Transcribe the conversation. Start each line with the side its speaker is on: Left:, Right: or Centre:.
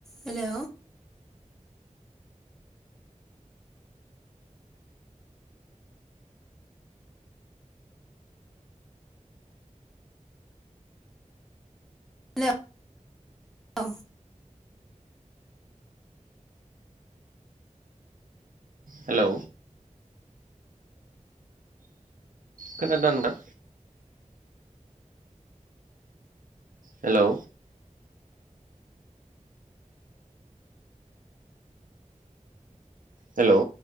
Centre: Hello hello <unintelligible>
Right: hello खोनादोंना नोंथां? Hello hello